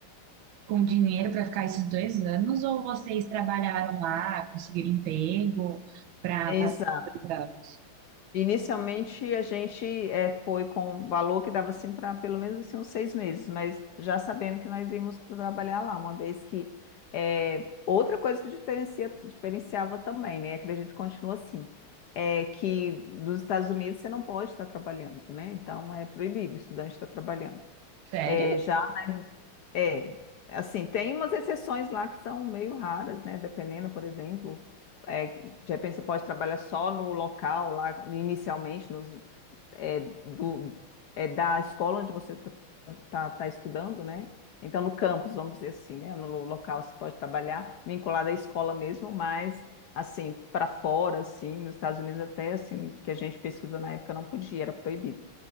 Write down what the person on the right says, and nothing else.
com o dinheiro para ficar esses dois anos ou vocês trabalharam lá, conseguiram emprego para
passar dois anos?
Sério?